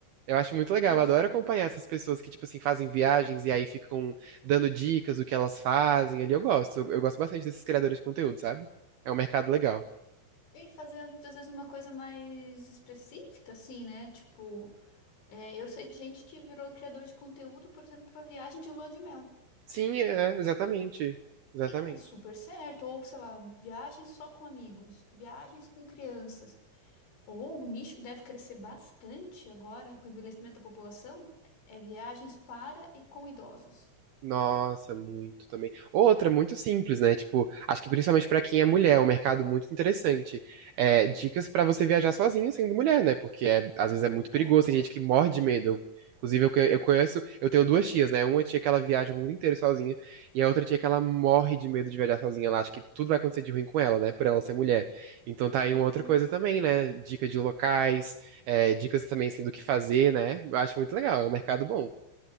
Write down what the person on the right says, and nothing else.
Eu acho muito legal,
eu adoro
acompanhar essas pessoas que, tipo assim, fazem viagens e aí ficam dando dicas do que elas fazem ali. Eu gosto, eu gosto bastante desses criadores de conteúdo, sabe? É um mercado legal.
Sim, é, exatamente. Exatamente.
Nossa, muito também. Outra, muito simples, né? Tipo, acho que principalmente pra quem é mulher, é um mercado muito interessante. É, dicas pra você viajar sozinha sendo mulher, né? Porque é, às vezes é muito
perigoso, tem gente que morre de medo. Eu- inclusive, eu, co- eu conheço, eu tenho duas tias, né? Uma tia que ela viaja o mundo inteiro sozinha, e a outra tia que ela morre de medo de viajar sozinha. Ela acha que tudo vai acontecer de ruim com ela, né? Por ela ser mulher. Então tá aí uma
outra coisa também, né? Dica de locais, é, dicas também assim, do que fazer, né? Eu acho muito legal, é um mercado bom.